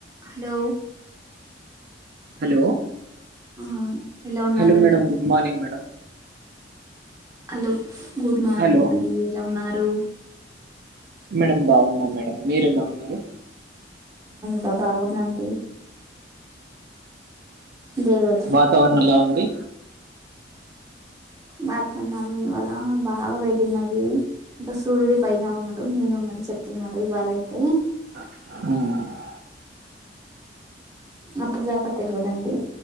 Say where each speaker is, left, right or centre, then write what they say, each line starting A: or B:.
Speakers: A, on the right; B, on the right.
A: Hello
B: hello
A: ఆ ఎలా ఉన్నారండి
B: hello madam good morning madam
A: hello good morning
B: hello
A: అండి ఎలా ఉన్నారు
B: మేడం బాగున్నా మేడం మీరు ఎలా ఉన్నారు
A: బా బాగున్నా అండి దేవర
B: వాతావరణం ఎలా ఉంది
A: బతకున్నాము ఇవాళ బాగా పెట్టినది ఇంకా సూర్యుడి పైన ఉన్నాడు నేను ఉన్నాని చెప్తున్నాడు ఇవాళ అయితే
B: హామ్
A: అప్పుడు దాకా తెలివదండి